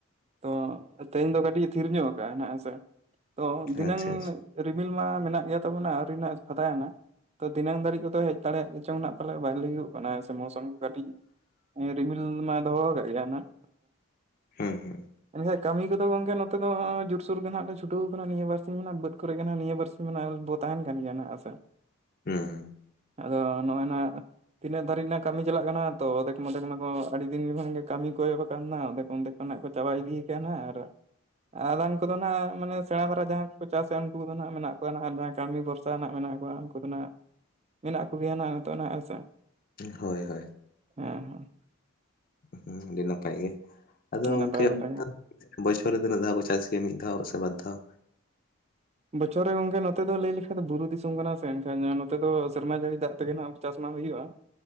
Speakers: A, on the right; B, on the left.
A: ᱛᱚ ᱛᱮᱦᱮᱧ ᱫᱚ ᱠᱟᱹᱴᱤᱡ ᱮ ᱛᱷᱤᱨ ᱧᱚᱜ ᱠᱟᱜ ᱟᱭ ᱱᱦᱟᱜ ᱦᱮᱸᱥᱮ ᱛᱚ ᱫᱷᱤᱱᱟᱹᱝ
B: ᱟᱪᱪᱷᱟ ᱟᱪᱪᱷᱟ
A: ᱨᱤᱢᱤᱞ ᱢᱟ ᱢᱮᱱᱟᱜ ᱜᱮᱭᱟ ᱛᱟᱵᱚᱱᱟ ᱟᱹᱣᱨᱤ ᱱᱟᱜ ᱮ ᱯᱷᱟᱠᱟᱭ ᱱᱟᱜ ᱛᱚ ᱫᱤᱱᱟᱹᱝ ᱫᱷᱟᱹᱨᱤᱡ ᱵᱚᱫᱷᱚᱭ ᱦᱮᱡ ᱫᱟᱲᱮᱭᱟᱜ ᱜᱮ ᱪᱚᱝᱱᱟᱜ ᱯᱟᱞᱮᱜ ᱵᱟᱭ ᱞᱟᱹᱭᱟᱹᱜᱚᱜ ᱠᱟᱱᱟ ᱥᱮ ᱢᱳᱥᱚᱢ ᱠᱚ ᱠᱟᱹᱴᱤᱡ ᱨᱤᱢᱤᱞ ᱢᱟᱭ ᱫᱚᱦᱚᱣ ᱥᱠᱟᱜ ᱜᱮᱭᱟ ᱱᱦᱟᱜ
B: ᱦᱩᱸ ᱦᱩᱸ
A: ᱦᱮᱸᱥᱮ ᱠᱟᱹᱢᱤ ᱠᱚᱫᱚ ᱜᱚᱝᱠᱮ ᱱᱚᱛᱮ ᱫᱚ ᱱᱚᱜ-ᱚᱭ ᱡᱳᱨᱥᱳᱨ ᱜᱮ ᱱᱦᱟᱜ ᱞᱮ ᱪᱷᱩᱴᱟᱹᱣ ᱠᱟᱱᱟ ᱱᱤᱭᱟᱹ ᱵᱟᱨᱥᱤᱧ ᱢᱟᱱᱟᱜ ᱵᱟᱹᱫ ᱠᱚᱨᱮ ᱜᱮ ᱱᱦᱟᱜ ᱱᱤᱭᱟᱹ ᱵᱟᱨᱥ ᱢᱟᱱᱮ ᱟ ᱵᱚ ᱛᱟᱦᱮᱱ ᱠᱟᱱ ᱜᱮᱭᱟ ᱱᱟᱜ ᱦᱮᱸᱥᱮ
B: ᱦᱩᱸ
A: ᱟᱫᱚ ᱱᱚᱜ-ᱚᱭ ᱱᱟᱜ ᱛᱤᱱᱟᱹᱜ ᱫᱷᱟᱨᱤᱡ ᱨᱮᱱᱟᱜ ᱠᱟᱹᱢᱤ ᱪᱟᱞᱟᱜ ᱠᱟᱱᱟ ᱛᱚ ᱟᱫᱷᱮᱠ ᱚᱫᱷᱮᱠ ᱢᱟᱠᱚ ᱟᱹᱰᱤ ᱫᱤᱱ ᱠᱷᱚᱱ ᱜᱮ ᱠᱟᱹᱢᱤ ᱠᱚ ᱮᱦᱚᱵ ᱟᱠᱟᱱᱟ ᱚᱫᱷᱮᱠᱚ ᱚᱱᱫᱷᱮ ᱠᱟᱱᱟᱜ ᱠᱚ ᱪᱟᱵᱟ ᱤᱫᱤᱭ ᱠᱟᱜ-ᱟ ᱱᱦᱟᱜ ᱟᱨ ᱟᱫᱷᱟᱱ ᱠᱚᱫᱚ ᱱᱦᱟᱜ ᱢᱟᱱᱮ ᱥᱮᱬᱟ ᱫᱷᱟᱨᱟ ᱡᱟᱦᱟᱸ ᱠᱚ ᱠᱚ ᱪᱟᱥ ᱮᱜ ᱟ ᱩᱱᱠᱩ ᱫᱚ ᱱᱦᱟᱜ ᱢᱮᱱᱟᱜ ᱠᱚᱣᱟ ᱱᱦᱟᱜ ᱡᱟᱦᱟᱸᱭ ᱠᱟᱹᱢᱤ ᱵᱷᱚᱨᱥ ᱪᱟᱭ ᱱᱟᱜ ᱢᱮᱱᱟᱜ ᱠᱚᱣᱟ ᱩᱱᱠᱩ ᱫᱚ ᱱᱦᱟᱜ ᱢᱮᱱᱟᱜ ᱠᱚᱜᱮᱭᱟ ᱱᱦᱟᱜ ᱱᱤᱛᱳᱜ ᱱᱟᱜ ᱦᱮᱸᱥᱮ,
B: ᱦᱳᱭ ᱦᱳᱭ
A: ᱦᱮᱸ ᱦᱩᱸ
B: ᱦᱚᱸ ᱟᱹᱰᱤ ᱱᱟᱯᱟᱭ ᱜᱮ ᱟᱫᱚ
A: ᱦᱮᱸ
B: ᱜᱚᱢᱠᱮ
A: ᱱᱟᱯᱟᱭ
B: ᱩᱱᱠᱩ
A: ᱠᱟᱛᱷᱟ ᱜᱮ
B: ᱫᱼᱼ ᱵᱚᱪᱷᱚᱨ ᱨᱮ ᱛᱤᱱᱟᱹᱜ ᱫᱷᱟᱣ ᱠᱚ ᱪᱟᱥ ᱜᱮᱭᱟ ᱢᱤᱫ ᱫᱷᱟᱣ ᱥᱮ ᱵᱟᱨ ᱫᱷᱟᱣ?
A: ᱵᱚᱪᱷᱚᱨ ᱨᱮ ᱜᱚᱝᱠᱮ ᱱᱚᱛᱮ ᱞᱟᱹᱭ ᱞᱮᱠᱟᱱ ᱫᱚ ᱵᱩᱨᱩ ᱫᱤᱥᱚᱢ ᱠᱟᱱᱟ ᱥᱮ ᱮᱱᱠᱷᱟᱱ ᱱᱚᱛᱮ ᱫᱚ ᱥᱮᱨᱢᱟ ᱡᱟᱹᱲᱤ ᱫᱟᱜ ᱛᱮᱜᱮ ᱱᱟᱜᱼᱼ ᱪᱟᱥ ᱢᱟ ᱦᱩᱭᱩᱜᱼᱟ